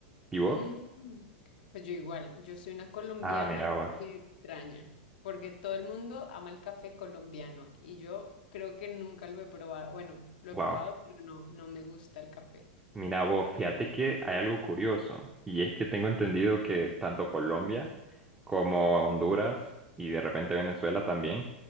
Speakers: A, on the right; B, on the left.
A: ¿Y vos?
B: Mm, Pues yo igual, yo soy una colombiana
A: Ah, mira vos.
B: muy extraña, porque todo el mundo ama el café colombiano y yo creo que nunca lo he probado. Bueno, lo he
A: wow
B: probado, pero no, no me gusta el café.
A: Mira vos, fíjate que hay algo curioso y es que tengo entendido que tanto Colombia como Honduras y de repente Venezuela también